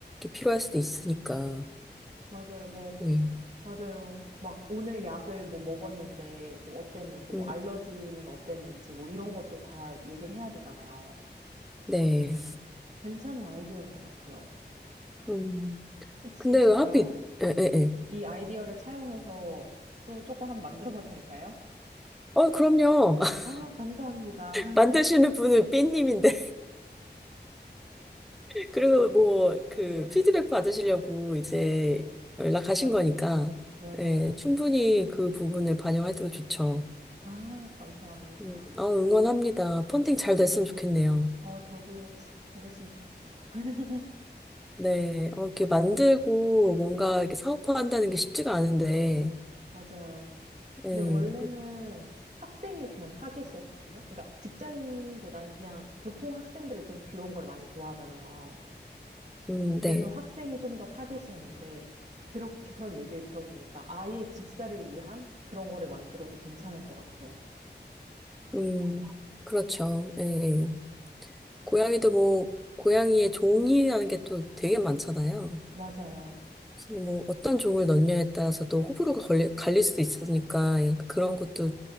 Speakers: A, in the centre; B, on the right.
A: 필요할 수도 있으니까.
B: 맞아요. 뭐,
A: 네.
B: 맞아요. 막 오늘 약을 뭐 먹었는데 뭐 어땠는지,
A: 음,
B: 뭐 알러지는 어땠는지, 뭐 이런 것도 다 얘기를 해야 되잖아요.
A: 네.
B: 괜찮은 아이디어인 것 같아요.
A: 음,
B: 혹시
A: 근데
B: 제가
A: 왜 하필, 에, 에, 에.
B: 이 아이디어를 차용해서 또 조금 한번 만들어 봐도 될까요?
A: 어, 그럼요. <laughs>
B: 아, 감사합니다. <laughs>
A: 만드시는 분은 삐님인데. 그리고 뭐
B: 네,
A: 그 피드백 받으시려고 이제 연락하신
B: 맞아요.
A: 거니까
B: 맞아요.
A: 예, 충분히 그 부분을 반영해도 좋죠.
B: 아, 감사합니다.
A: 음, 아, 응원합니다. 펀딩 잘 됐으면 좋겠네요.
B: 어, 저도 잘 됐으면 좋겠어요. <laughs>
A: 네, 어, 이렇게 만들고 뭔가 이렇게 사업화한다는 게 쉽지가 않은데,
B: 맞아요.
A: 예,
B: 근데 원래는 학생이 그냥 타겟이었거든요. 그러니까 직장인보다는 그냥 보통 학생들이 좀 귀여운 걸 많이 좋아하잖아요.
A: 음,
B: 그래서
A: 네,
B: 학생이 좀 더 타겟이었는데 그렇게 그런 얘기를 들어보니까 아예 집사를 위한 그런 거를 만들어도 괜찮을 것 같아요.
A: 음, 그렇죠. 예, 예. 고양이도 뭐 고양이의 종이라는 게 또 되게 많잖아요.
B: 맞아요.
A: 그래서 뭐 어떤 종을 넣느냐에 따라서도 호불호가 걸리, 갈릴 수도 있으니까 약간 그런 것도